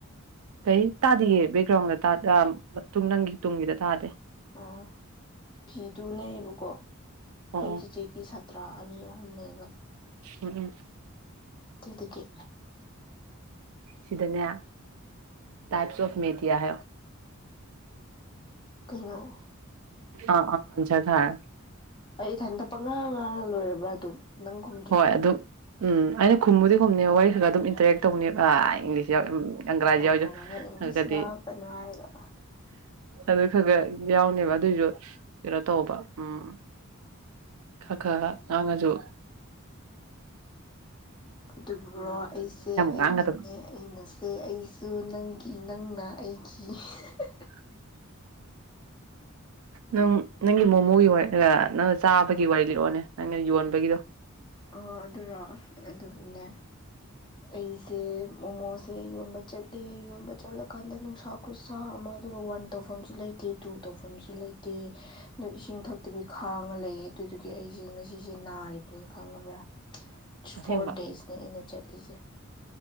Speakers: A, on the right; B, on the left.
A: ꯀꯩ ꯇꯥꯗꯤꯒꯦ ꯕꯦꯛꯒ꯭ꯔꯥꯎꯟꯗ ꯃꯇꯨꯡ ꯅꯪꯒꯤ ꯇꯨꯡꯒꯤꯗ ꯇꯥꯗꯦ
B: ꯑꯥ ꯐꯤꯗꯨ ꯂꯩꯌꯦꯕꯀꯣ ꯑꯩꯈꯣꯏ
A: ꯑꯣ ꯑꯣ
B: ꯆꯤꯆꯦꯒꯤ ꯁꯥꯇ꯭ꯔꯥ ꯑꯅꯤ ꯑꯍꯨꯝ ꯎ ꯂꯩꯕ
A: ꯎꯝ ꯎꯝ
B: ꯑꯗꯨꯗꯒꯤ
A: ꯁꯤꯗꯅꯦ ꯇꯥꯏꯞꯁ ꯑꯣꯐ ꯃꯦꯗꯤꯌꯥ ꯍꯥꯏ
B: ꯀꯩꯅꯩꯅꯣ
A: ꯑꯥ ꯑꯖ ꯊꯔ
B: ꯑꯩ ꯏꯊꯟꯇ ꯄ ꯉꯥꯡ ꯉꯥꯡ ꯂꯣꯏꯔꯕ꯭ꯔꯥ ꯑꯗꯨꯝ ꯅꯪ ꯈꯨꯝꯗ꯭ꯔꯁꯨ
A: ꯍꯣꯏ ꯑꯗꯨꯝ ꯎꯝ ꯑꯩꯅ ꯈꯨꯝꯃꯨꯗꯤ ꯈꯨꯝꯅꯦ ꯋꯥꯔꯤ ꯈꯔ ꯑꯗꯨꯝ ꯏꯟꯇꯔꯦꯛ ꯇꯧꯅꯦꯕ ꯑ ꯏꯪꯂꯤꯁ ꯑꯒ꯭ꯔꯥꯖꯤ
B: ꯑꯣ
A: ꯌꯥꯎꯁꯨꯗꯤ
B: ꯑꯣ ꯅꯪ ꯏꯪꯂꯤꯁ ꯉꯥꯡꯉꯛꯀꯅꯨ ꯍꯥꯏꯔꯒ
A: ꯑꯗꯨ ꯈꯔ ꯈꯔ ꯌꯥꯎꯅꯦꯕ ꯑꯗꯨꯏꯁꯨ ꯀꯩꯅꯣ ꯇꯧꯕ ꯎꯝ ꯀ ꯀꯥ ꯉꯥꯡꯉꯖꯣ
B: ꯑꯗꯨꯕꯨꯔꯣ ꯑꯩꯁꯦ ꯑꯩꯅꯅꯦ
A: ꯉꯥꯡꯒꯗꯕ
B: ꯑꯩꯅꯁꯦ ꯑꯩꯁꯨ ꯅꯪꯒꯤ ꯅꯪꯅ ꯑꯩ <unintelligible>
A: ꯎꯝ
B: <inaudible>
A: ꯅꯪ ꯅꯪꯒꯤ ꯃꯣꯃꯣꯒꯤ ꯅꯪꯅ ꯆꯥꯕꯒꯤ ꯋꯥꯔꯤ ꯂꯤꯔꯛꯑꯣꯅꯦ ꯅꯪꯅ ꯌꯣꯟꯕꯒꯤꯗꯣ
B: ꯑ ꯑꯗꯨꯔꯣ ꯑꯗꯨꯅꯦ ꯑꯩꯁꯦ ꯃꯣꯃꯣꯁ ꯁꯦ ꯌꯣꯟꯕ ꯆꯠꯂꯦ ꯌꯣꯟꯕ ꯆꯠꯂꯀꯥꯟꯗ ꯅꯨꯡꯁꯥꯎ ꯈꯨꯠꯁꯥ ꯑꯃ ꯑꯗꯨꯒ ꯋꯥꯟ ꯇꯧꯐꯝꯁꯨ ꯂꯩꯇꯦ ꯇꯨ ꯇꯧꯐꯝꯁꯨ ꯂꯩꯇꯦ ꯑꯗꯣ ꯏꯁꯤꯡ ꯊꯛꯇꯕꯤ ꯍꯥꯡꯉ ꯂꯩꯌꯦ ꯑꯗꯨꯗꯨꯒꯤ ꯑꯩꯁꯦ ꯉꯁꯤꯁꯦ ꯅꯥꯔꯤꯕꯅꯤ ꯈꯪꯉꯕ꯭ꯔꯥ
A: ꯑꯁꯦꯡꯕ
B: ꯐꯣꯔ ꯗꯦꯖꯅꯦ ꯑꯩꯅ ꯆꯠꯂ ꯄꯤꯖꯦ